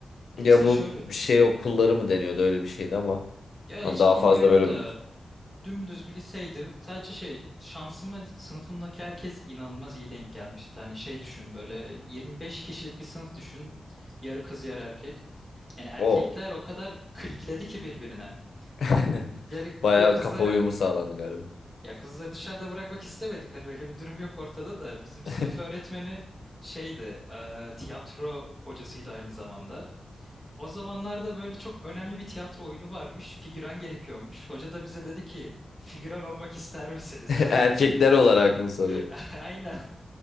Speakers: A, in the centre; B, on the left.
A: E,
B: Ya
A: lise
B: bu
A: şöyle
B: şey okulları mı deniyordu öyle bir şeydi ama.
A: ya
B: Hani
A: hiç
B: daha
A: bilmiyorum
B: fazla böyle
A: da dümdüz bir liseydi. Sadece şey şansıma li- sınıfımdaki herkes inanılmaz iyi denk gelmişti. Hani şey düşün böyle 25 kişilik bir sınıf düşün. Yarı kız yarı erkek. Yani erkekler
B: o.
A: o kadar klikledi ki birbirine.
B: <laughs>
A: Yani
B: Bayağı
A: k- kızları
B: kafa uyumu sağlandı galiba.
A: ya kızları dışarıda bırakmak istemedik. Hani öyle bir durum yok ortada da bizim sınıf
B: <laughs>
A: öğretmeni şeydi, e, tiyatro hocasıydı aynı zamanda. O zamanlarda böyle çok önemli bir tiyatro oyunu varmış. Figüran gerekiyormuş. Hoca da bize dedi ki figüran olmak ister misiniz?
B: Erkekler olarak mı soruyor?
A: <laughs> Aynen.